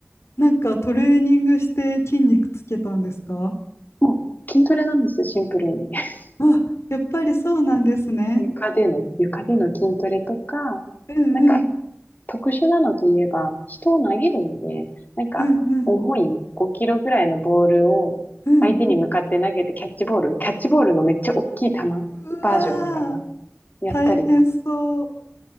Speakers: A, on the left; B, on the left.
A: なんかトレーニングして筋肉つけたんですか
B: もう、筋トレなんですよ、シンプルに。<laughs>
A: あ、やっぱりそうなんですね。
B: 床での、床での筋トレとか、
A: うん、
B: なんか、
A: うん、
B: 特殊なのといえば、人を投げるので、なんか、
A: うん、うん、
B: 重い5キロぐらいのボールを相手に向かって投げてキャッチボール、
A: うん。
B: キャッチボールのめっちゃ大きい球
A: うわー、
B: バージョンみたいな、やったり
A: 大変そう。